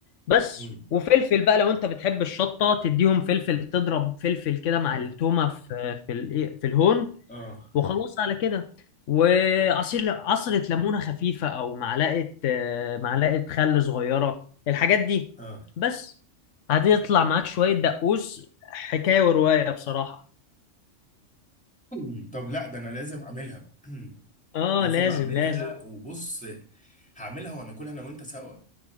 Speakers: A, on the left (about 75°); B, in the centre.
A: بس
B: مم.
A: وفلفل بقى لو انت بتحب الشطة تديهم فلفل تضرب فلفل كده مع
B: اه
A: التومة في في الإيه- في الهون
B: اه
A: وخلاص على كده وعصير عصرة ليمونة خفيفة أو معلقة آه، معلقة خل صغيرة الحاجات دي
B: اه
A: بس هتطلع معاك شوية دقوس حكاية ورواية بصراحة
B: مم. طب لا ده انا لازم اعملها <clears throat>
A: اه
B: لازم
A: لازم
B: اعملها
A: لازم
B: وبص هعملها وهناكلها انا وانت سوا